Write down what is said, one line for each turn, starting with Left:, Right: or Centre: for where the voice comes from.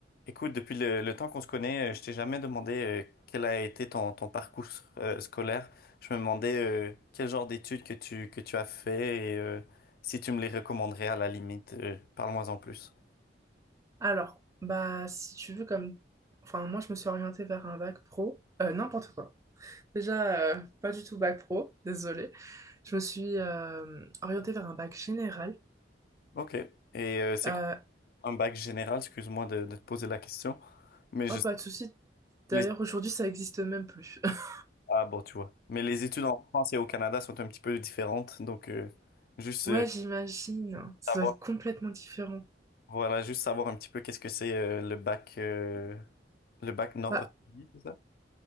Left: Écoute, depuis le, le temps qu'on se connaît, euh, je t'ai jamais demandé euh, quel a été ton, ton parcours euh, scolaire. Je me demandais euh, quel genre d'études que tu, que tu as fait et euh, si tu me les recommanderais à la limite. euh, parle-moi en plus.
Right: Alors, bah, si tu veux, comme. Enfin, moi, je me suis orientée vers un bac pro. Euh, n'importe quoi. Déjà, euh, pas du tout bac pro, désolée. Je me suis euh, orientée vers un bac général.
Left: Ok. Et euh, c'est
Right: Euh,
Left: quoi un bac général? Excuse-moi de, de te poser la question, mais je
Right: oh, pas de souci. D'ailleurs,
Left: les
Right: aujourd'hui, ça existe même plus. <laughs>
Left: ah bon tu vois. Mais les études en France et au Canada sont un petit peu différentes, donc euh, juste
Right: Ouais,
Left: euh,
Right: j'imagine. Ça
Left: savoir
Right: doit être complètement différent.
Left: voilà juste savoir un petit peu qu'est-ce que c'est euh, le bac euh, le bac nord.
Right: Bah,
Left: Oui, c'est ça?